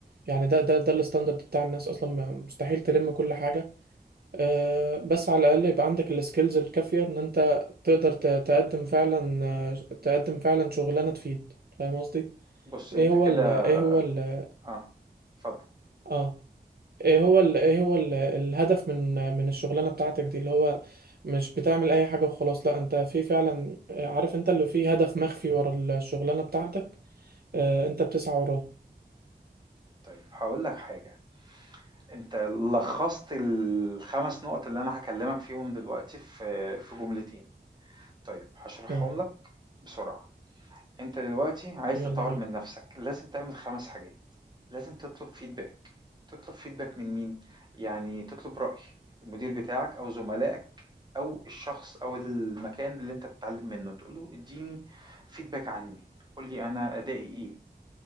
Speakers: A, on the right; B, on the right.
A: يعني ده ده ده الستاندرد بتاع الناس اصلا مستحيل تلم كل حاجة آه، بس على الأقل يبقى عندك السكيلز الكافية إن أنت تقدر ت- تقدم فعلا آه، تقدم فعلا شغلانة تفيد فاهم قصدي؟
B: بُص
A: إيه
B: أنت
A: هو
B: كده
A: ال إيه هو ال
B: آه، اتفضل.
A: آه إيه هو ال إيه هو ال الهدف من من الشغلانة بتاعتك دي اللي هو مش بتعمل أي حاجة وخلاص لأ أنت في فعلا آه، عارف أنت اللي فيه هدف مخفي ورا الشغلانة بتاعتك آه، أنت بتسعى وراه
B: طيب هاقول لك حاجة. انت لخصت الخمس نقط اللي انا هكلمك فيهم دلوقتي في في جملتين طيب هشرحهم
A: آه
B: لك بسرعة انت دلوقتي عايز
A: يلا
B: تطور
A: بينا
B: من نفسك لازم تعمل خمس حاجات لازم تطلب فيدباك تطلب فيدباك من مين يعني تطلب رأي المدير بتاعك او زملائك او الشخص او المكان اللي انت بتتعلم منه تقول له اديني فيدباك عني قول لي انا ادائي ايه